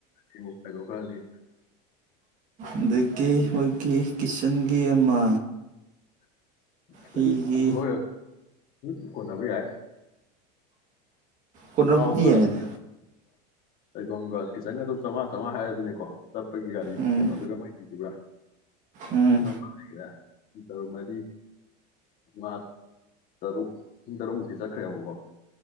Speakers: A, on the left; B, on the right.
A: ꯏꯃꯨ ꯀꯥꯏꯗꯣꯛ ꯈꯔꯥꯅꯤ
B: ꯑꯗꯒꯤ ꯑꯩꯈꯣꯏꯒꯤ ꯀꯤꯆꯟꯒꯤ ꯑꯃ
A: <inaudible> ꯈꯤꯇꯪꯗꯤ
B: ꯍꯤꯒꯤ
A: ꯀꯣꯏꯂꯣ ꯎ ꯀꯣꯟꯅꯕ ꯌꯥꯏ
B: ꯀꯣꯟꯅꯕꯗꯤ
A: ꯊꯥꯎꯒ
B: ꯌꯥꯏꯗ
A: ꯂꯩꯐꯝꯒ ꯀꯤꯆꯟꯒꯗꯣ ꯆꯝꯃꯉꯥ ꯆꯝꯃꯉꯥ ꯍꯥꯏꯔꯁꯤꯅꯦꯀꯣ ꯆꯠꯄꯒꯤ ꯒꯥꯔꯤ
B: ꯎꯝ
A: ꯀꯩꯅꯣ ꯑꯗꯨꯒ ꯃꯥꯏꯤꯗꯨꯒ
B: ꯎꯝ
A: ꯁꯤꯅꯃ ꯍꯥꯏꯔ ꯄꯨꯡ ꯇꯔꯨꯛ ꯃꯔꯤ ꯉꯥ ꯇꯔꯨꯛ ꯄꯨꯡ ꯇꯔꯨꯛꯃꯨꯛꯇꯤ ꯆꯠꯈ꯭ꯔꯦꯕꯀꯣ